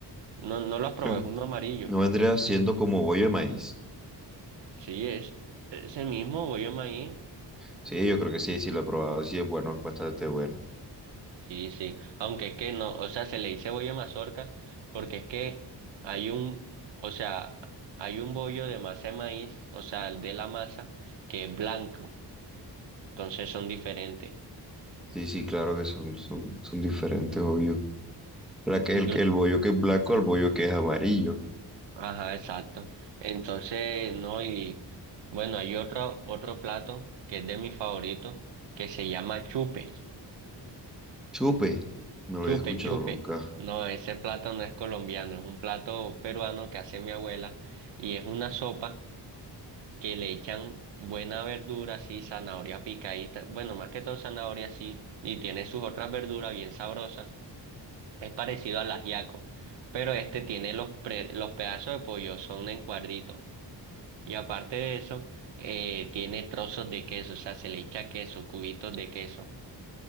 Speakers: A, on the right; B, in the centre.
A: No, no lo has probado,
B: Uf,
A: es uno amarillo.
B: No vendría siendo como bollo de maíz.
A: Sí, es ese mismo bollo de maíz.
B: Sí, yo creo que sí, sí lo he probado. Sí, es bueno, es bastante bueno.
A: Sí, sí, aunque es que no, o sea, se le dice bollo de mazorca porque es que hay un, o sea, hay un bollo de masa de maíz, o sea, el de la masa, que es blanco, entonces son diferentes.
B: Sí, sí, claro que son, son, son diferentes, obvio. La que,
A: Br-
B: el, el bollo que es blanco al bollo que es amarillo.
A: Ajá, exacto. Entonces, no, y bueno, hay otro, otro plato que es de mis favoritos, que se llama chupe,
B: Chupe. No lo
A: chupe,
B: había escuchado
A: chupe.
B: nunca.
A: No, ese plato no es colombiano, es un plato peruano que hace mi abuela y es una sopa que le echan buena verdura, sí, zanahoria picadita, bueno, más que todo zanahoria, sí, y tiene sus otras verduras bien sabrosas. Es parecido al ajiaco, pero este tiene los, pre- los pedazos de pollo, son en cuadritos. Y aparte de eso, eh, tiene trozos de queso, o sea, se le echa queso, cubitos de queso